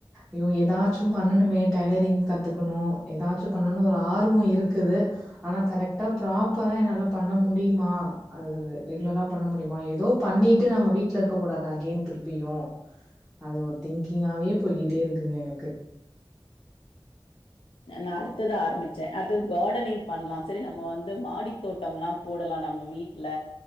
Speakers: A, in the centre; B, on the left.
A: ஐயோ ஏதாச்சு பண்ணணுமே டெய்லரிங் கத்துகணு ஏதாச்சு பண்ணணு ஒரு ஆர்வோ இருக்குது ஆனா கரெக்டா ப்ராப்பரா என்னால பண்ண முடியுமா அது ரெ ரெகுலரா பண்ண முடியுமா எதோ பண்ணிட்டு நம்ம வீட் ல இருக்கக்க கூடாது அகேய்ன் திருப்பியு அது ஒரு திங்கிங்காவே போய்கிட்டே இருக்குங்க எனக்கு
B: நா அடுத்தது ஆரம்பிச்சே அடுத்தது கார்டனிங் பண்லா செரி நம்ம வந்து மாடி தோட்டம்ல்லா போடலா நம்ம வீட்ல